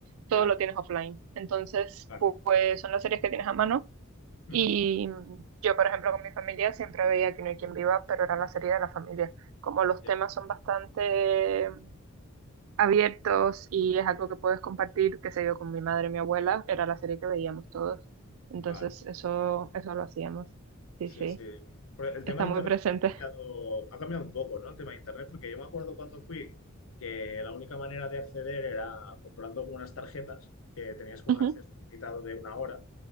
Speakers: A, on the right (about 70°); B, on the left (about 70°).
A: todo
B: Ya,
A: lo tienes offline. Entonces,
B: claro.
A: pu- pues son las series que tienes a mano,
B: Ujú.
A: y mm, yo, por ejemplo, con mi familia siempre veía Quién es quien viva, pero era la serie de la familia. Como los
B: Ya,
A: temas son bastante abiertos y es algo
B: eh,
A: que puedes compartir, qué sé yo, con mi madre y mi abuela, era la serie que veíamos todos. Entonces,
B: Vale,
A: eso, eso lo hacíamos. Sí,
B: sí,
A: sí,
B: sí. Pero el tema
A: está
B: de
A: muy
B: Internet
A: presente.
B: sí que ha cambiado, ha cambiado un poco, ¿no? El tema de Internet, porque yo me acuerdo cuando fui que la única manera de acceder era comprando algunas tarjetas que tenías como
A: <laughs>
B: un acceso limitado de una hora